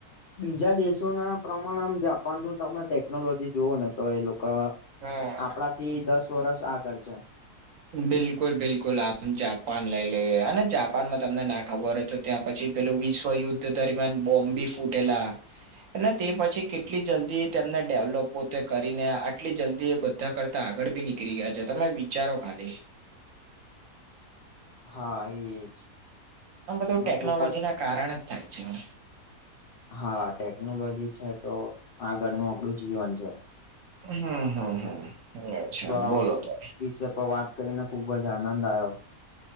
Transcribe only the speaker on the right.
હા.
બિલકુલ બિલકુલ આમ જાપાન લઈ લઈએ અને જાપાનમાં તમને ના ખબર હોય તો ત્યાં પછી પેલું વિશ્વયુદ્ધ દરમિયાન બોમ્બી ફૂટેલા. તે પછી કેટલી જલ્દી તેમને ડેવલોપ પોતે કરીને આટલી જલ્દી એ બધા કરતા આગળ બી નીકળી ગયા છે તમે વિચારો ખાલી.
આમ બધું
ટેકનોલોજી
ના કારણે જ થાય છે ને.
હમ હમ હમ એવું છે
બોલો તો.